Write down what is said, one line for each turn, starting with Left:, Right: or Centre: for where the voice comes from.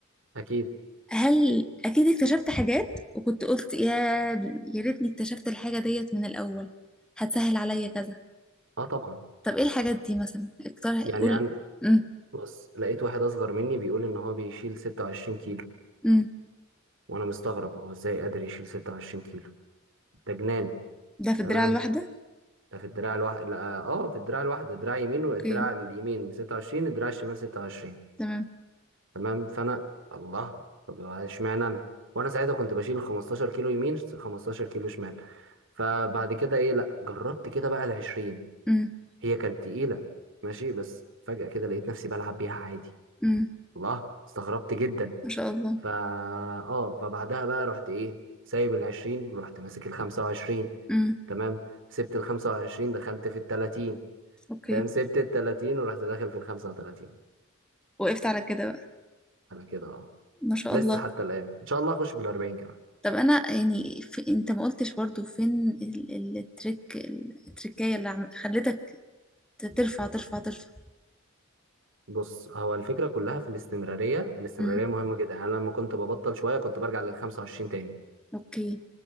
Right: اكيد
Centre: هل أكيد اكتشفت حاجات وكنت قلت يا يا ريتني اكتشفت الحاجة ديت من الأول هتسهل عليا كذا
Right: اه طبعا
Centre: طب إيه الحاجات دي مثلا اقترح
Right: يعني
Centre: قول امم
Right: بص لقيت واحد اصغر مني بيقول ان هو بيشيل 26 كيلو
Centre: امم
Right: وانا مستغرب هو ازاي قادر يشيل 26 كيلو ده جنان
Centre: ده في الدراع
Right: تمام
Centre: الواحدة
Right: ده في الدراع الواحد لا اه في الدراع الواحده دراع يمين والدراع
Centre: أوكي
Right: اليمين 26 الدراع الشمال 26
Centre: تمام
Right: تمام فانا الله طب اشمعنى انا وانا ساعتها كنت بشيل 15 كيلو يمين 15 كيلو شمال فبعد كده ايه لا جربت كده بقى ال 20
Centre: امم
Right: هي كانت تقيله ماشي بس فجأة كده لقيت نفسي بلعب بيها عادي
Centre: امم
Right: الله استغربت جدا
Centre: ما شاء الله
Right: فا اه فبعدها بقى رحت ايه سايب العشرين ورحت ماسك الخمسة وعشرين
Centre: امم
Right: تمام سبت الخمسة وعشرين دخلت في التلاتين
Centre: أوكي
Right: فاهم سبت التلاتين ورحت داخل في الخمسة وتلاتين
Centre: وقفت على كده بقى
Right: انا كده اه
Centre: ما شاء
Right: لسه
Centre: الله
Right: حتى الآن ان شاء الله اخش في الأربعين كمان
Centre: طب انا يعني في انت ما قلتش برضو فين ال- ال- التريك ال- التركية اللي عم... خلتك ت- ترفع ترفع ترفع
Right: بص هو الفكرة كلها في الاستمرارية الاستمرارية
Centre: امم
Right: مهمة جدا يعني أنا لما كنت ببطل شوية كنت برجع للخمسة وعشرين تاني
Centre: اوكي